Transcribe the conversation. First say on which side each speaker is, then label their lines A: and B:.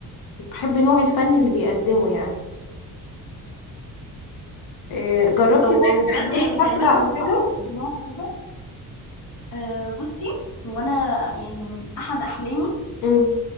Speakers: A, on the left (about 70°); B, on the left (about 45°).
A: بحب نوع الفن اللي بيقدمه يعني إيه، جربتي
B: أو-
A: طيب
B: وبجد
A: تحضري
B: يعني كلماته
A: حفلة أو
B: بتعلق
A: حاجة؟
B: في الدماغ كده أه بصي وانا يعني من احد احلامي
A: م.